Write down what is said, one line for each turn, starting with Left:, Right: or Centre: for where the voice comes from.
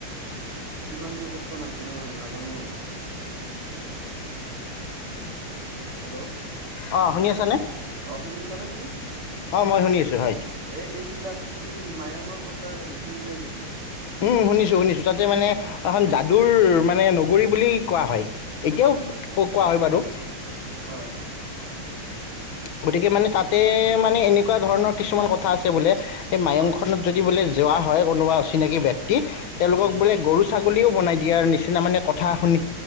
Right: কিমান দূৰ সত নাজান নাজানো আৰু হেল্ল'
Left: অঁ শুনি আছানে
Right: অ শুনি আছা নে তুমি
Left: অ' মই শুনি আছোঁ হয়
Right: এ এইবিলাক তুমি মায়ঙৰ কথা শুনি চাই চাগে
Left: উম শুনিছো শুনিছো তাতে মানে এখন যাদুৰ মানে নগৰী বুলি কোৱা হয় এতিয়াও
Right: হয় হয়
Left: কোৱা হয় বাৰু।
Right: হয়
Left: গতিকে মানে তাতে মানে এনেকুৱা ধৰণৰ কিছুমান কথা আছে বোলে। এই মায়ংখনত
Right: হয়
Left: যদি বোলে যোৱা হয় কোনোবা অচিনাকি ব্যক্তি তেওঁলোকক
Right: হয়
Left: বোলে গৰু ছাগলীও বনাই দিয়াৰ নিচিনা মানে কথা শুনি